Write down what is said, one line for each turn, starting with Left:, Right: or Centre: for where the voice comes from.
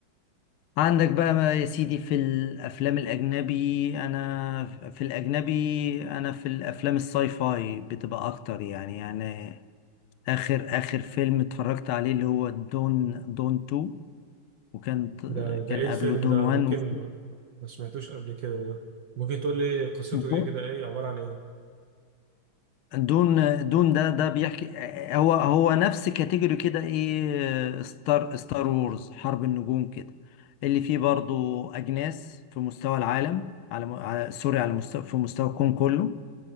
Left: عندك بقى ما يا سيدي في الافلام الاجنبي انا في الاجنبي انا في الافلام الساي فاي بتبقى اكتر يعني يعني اخر اخر فيلم اتفرجت عليه اللي هو دون دون 2 وكان
Right: ده ده
Left: كان
Right: ايه الفيلم
Left: قبله دون
Right: ده
Left: 1
Right: ممكن ما سمعتوش قبل كده ده ممكن تقول لي قصته
Left: و
Right: ايه كده ايه عباره عن ايه
Left: دون دون ده ده بيحكي هو هو نفس كاتيجوري كده ايه ستار ستار وورز حرب النجوم كده اللي فيه برضو اجناس في مستوى العالم على م- على- سوري على مستوى في مستوى الكون كله